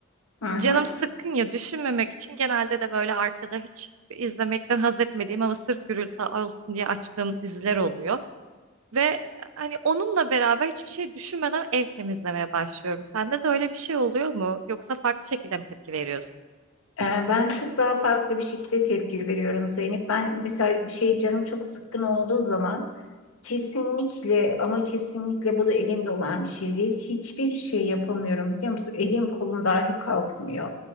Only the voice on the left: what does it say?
Hı
hı.
Ee, ben çok daha farklı bir şekilde tepki veriyorum Zeynep. Ben mesela bir şey canım çok sıkkın olduğu zaman kesinlikle ama kesinlikle bu da elimde olan bir şey değil. Hiçbir şey yapamıyorum biliyor musun? Elim kolum dahi kalkmıyor.